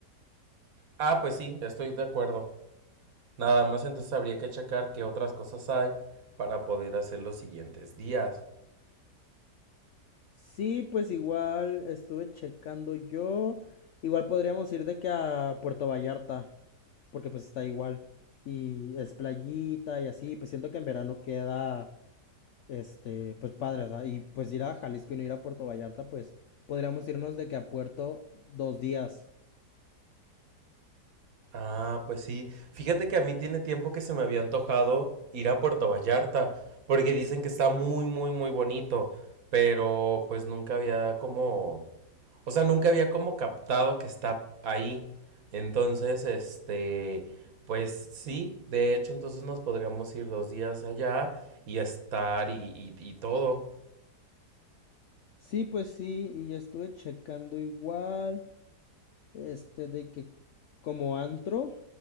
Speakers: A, on the right (about 60°); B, on the left (about 80°).
A: Ah, pues sí, estoy de acuerdo. Nada más entonces habría que checar qué otras cosas hay para poder hacer los siguientes días.
B: Sí, pues igual estuve checando yo. Igual podríamos ir de que a Puerto Vallarta, porque pues está igual. Y es playita y así, pues siento que en verano queda Este, pues padre, o sea, y pues ir a Jalisco y no ir a Puerto Vallarta, pues podríamos irnos de que a Puerto dos días.
A: Ah, pues sí. Fíjate que a mí tiene tiempo que se me había antojado ir a Puerto Vallarta, porque dicen que está muy, muy, muy bonito, pero pues nunca había como, o sea, nunca había como captado que está ahí. Entonces, este, pues sí, de hecho, entonces nos podríamos ir dos días allá y estar y, y, y todo.
B: Sí, pues sí, y ya estuve checando igual, este, de que como antro,